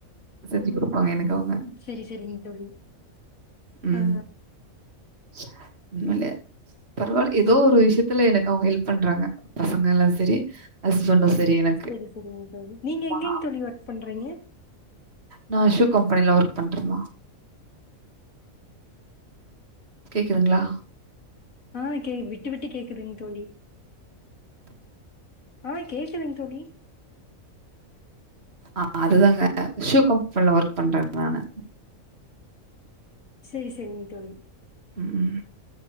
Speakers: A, on the right; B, on the left.
A: செஞ்சு குடுப்பாங்க எனக்கு அவுங்க
B: செரி செரிங் தோழி
A: ம்
B: ஆ
A: <unintelligible> பரவால்ல எதோ ஒரு விஷயத்துல எனக்கு அவுங்க ஹெல்ப் பண்றாங்க பசங்க எல்லா செரி ஹஸ்பண்டூ சரி எனக்கு
B: செரி செரிங்க தோழி நீங்க எங்கெங்க
A: அம்மா
B: தோழி ஒர்க் பண்றீங்க
A: நா ஷூ கம்பெனில ஒர்க் பண்றமா கேக்குதுங்ளா
B: ஆ கே விட்டு விட்டு கேக்குதுங் தோழி ஆ கேக்குதுங்க தோழி
A: ஆ அதுதாங்க ஷூ கம்பெனில ஒர்க் பண்ற நானு
B: செரி செரிங்க தோழி
A: ம்